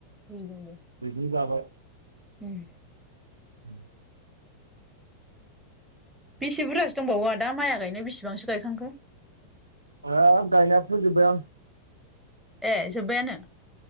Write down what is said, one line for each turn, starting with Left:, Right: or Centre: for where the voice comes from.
Centre: बुजिदों दे।
Right: बिजोंनो जाबाय।
Centre: उम।
Right: औ <inaudible>
Centre: बेसे बुरजासो दंबावो आदा माइया गायनो बेसेबांसो गायखांखो?
Right: आ गायना फोजोबाय आं।
Centre: ए जोब्बायानो?